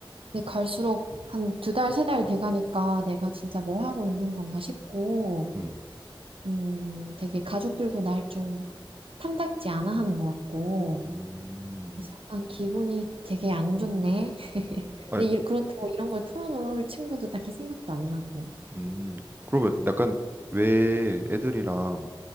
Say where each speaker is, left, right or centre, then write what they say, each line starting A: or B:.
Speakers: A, on the right; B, on the right.
A: 근데 갈수록 한 두 달, 세 달 돼가니까 내가 진짜 뭐 하고 있는 건가 싶고,
B: 음,
A: 음, 되게 가족들도 날 좀 탐탁지 않아 하는 것 같고,
B: 음,
A: 그래서 약간 기분이 되게 안 좋네. <laughs>
B: 아,
A: 근데 이- 그렇다고 이런 걸 털어놓을 친구도 딱히 생각도 안 나고.
B: 음. 그러면 약간 왜 애들이랑